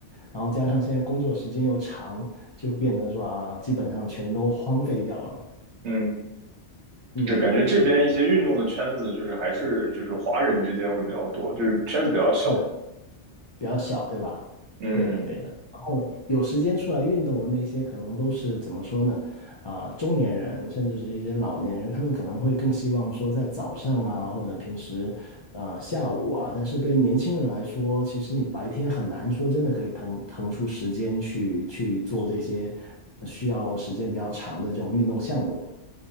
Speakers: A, on the left; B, on the right.
A: 然后加上现在工作时间又长，就变得说啊，基本上全都荒废掉了。
B: 嗯，
A: 嗯，
B: 就感觉这边一些运动的圈子，就是还是就是华人之间会比较多，就是圈子比较小。
A: 是，比较小，对吧？
B: 嗯
A: 对的，对的。然后有时间出来运动的那些，可能都是怎么说呢？啊、中年人甚至是一些老年人，他们可能会更希望说在早上啊，或者平时呃下午啊。但是对于年轻人来说，其实你白天很难说真的可以腾腾出时间去去做这些呃需要时间比较长的这种运动项目，